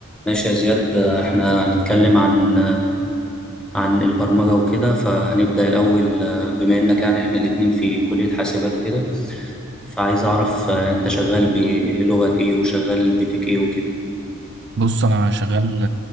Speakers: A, in the centre; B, on the right.
A: ماشي يا زياد احنا هنتكلم عن عن البرمجة وكده فهنبدأ الأول آه، بما إنك يعني احنا الاتنين في كلية حاسبات وكده فعايز أعرف آه، أنت شغال بلغة إيه وشغال بتك إيه وكده
B: بص انا شغال